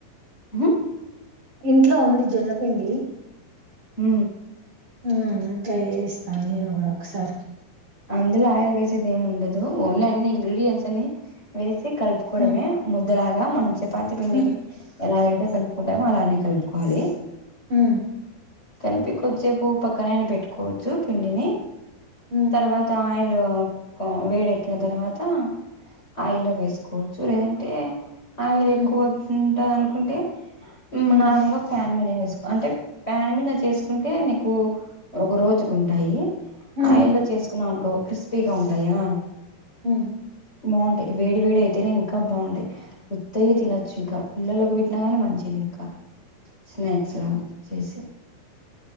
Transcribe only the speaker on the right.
ఇంట్లో ఉంది జొన్నపిండి
ఊ ట్రై చేస్తా నేను కూడా ఒకసారి
ఉమ్
ఉమ్
హు
ఉమ్
ఉమ్
ఉమ్
ఉమ్
ఊ